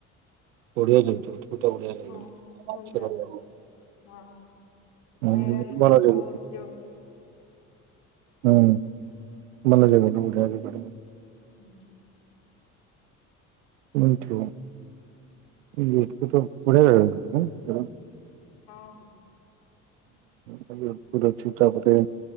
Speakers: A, on the right; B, on the left.
A: <unintelligible>
B: ହଁ ଭଲ ଜାଗା ହଁ
A: ହୁଁ
B: ମିଳେନି
A: ଭଲ
B: ବୋ
A: ଜାଗା
B: ସୁଟ୍ ଯୋ
A: ହୁଁ ଭଲ ଜାଗା। <unintelligible>
B: ହୁଁ।
A: ମିଠୁ। <unintelligible> ବଢିଆ ଜାଗାଟା ନା
B: ହଁ ହଁ।
A: ହୁଁ ପୁରା ଛୋଟା ଫୋଟା।